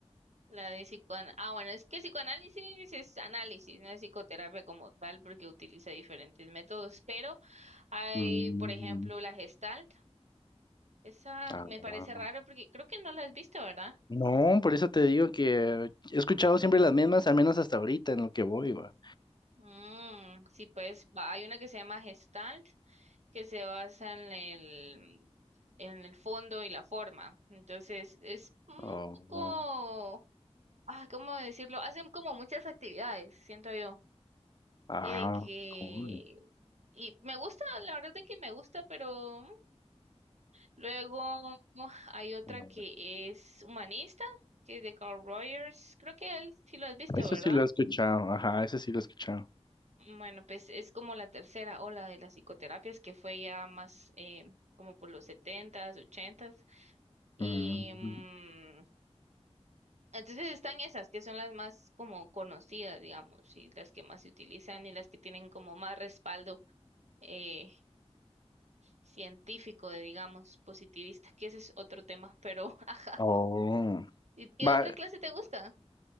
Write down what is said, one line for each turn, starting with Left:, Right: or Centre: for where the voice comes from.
Right: La de psicoanálisis. Ah, bueno, es que psicoanálisis es análisis, no es psicoterapia como tal, porque utiliza diferentes métodos. Pero hay,
Left: Mm,
Right: por ejemplo, la Gestalt. Esa
Left: ah,
Right: me parece raro porque creo que no la has visto, ¿verdad?
Left: no, por eso te digo que he escuchado siempre las mismas, al menos hasta ahorita en lo que voy, va.
Right: Mm, sí, pues va- hay una que se llama Gestalt, que se basa en el, en el fondo y la forma. Entonces, es un
Left: Oh,
Right: poco, ah, ¿cómo decirlo? Hacen como muchas actividades, siento yo.
Left: ah,
Right: Y de que
Left: cool.
Right: Y me gusta, la verdad es que me gusta, pero mm, luego uf, hay otra
Left: A
Right: que
Left: ver,
Right: es humanista, que es de Carl Rogers. Creo que él sí lo has visto,
Left: Eso
Right: ¿verdad?
Left: sí lo he escuchado, ajá, eso sí lo he escuchado.
Right: Bueno, pues es como la tercera ola de las psicoterapias que fue ya más eh, como por los setentas, ochentas. Y
Left: Mm,
Right: mm, entonces están esas que son las más como conocidas, digamos, y las que más se utilizan y las que tienen como más respaldo eh, científico, de, digamos, positivista, que ese es otro tema, pero <laughs> ah,
Left: oh,
Right: ¿y qué
Left: va,
Right: otra clase te gusta?